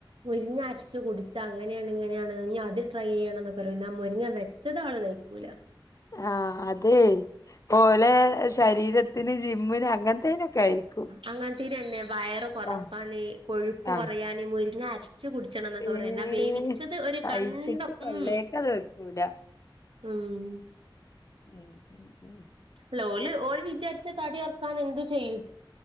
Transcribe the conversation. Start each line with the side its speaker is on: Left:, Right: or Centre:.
Right: മുരിങ്ങ അരച്ചു കുടിച്ചാ അങ്ങനെയാണ് ഇങ്ങനെയാണ് ട്രൈ ചെയ്യണം എന്നൊക്ക പറയും എന്നാ മുരിങ്ങ വെച്ചത് ആള് കഴിക്കൂല്ല
Left: ആഹ് അതെ ഓലെ ശരീര ത്തിന് ജിമ്മിന് അങ്ങനത്തേനൊക്കെ ആയിരിക്കും
Right: അങ്ങനത്തീര്തന്നെ വയറ് കൊറക്കാന്
Left: ആഹ്
Right: കൊഴുപ്പ്
Left: ആഹ്
Right: കുറയാന്‌ മുരിങ്ങര വച്ച് കുടിച്ചണം എന്നൊക്കെ
Left: ഏഹ്
Right: പറയാ എന്നാ വേവിച്ചത് ഒരു
Left: പൈസക്ക്
Right: കണ്ടും
Left: തൊള്ളേക്കത്
Right: ഉം
Left: പറ്റൂല
Right: ഉം
Left: ഉം ഉം ഉം
Right: അല്ല ഓള് ഓള് വിചാരിച്ച തടി കുറക്കാൻ എന്തു ചെയ്യും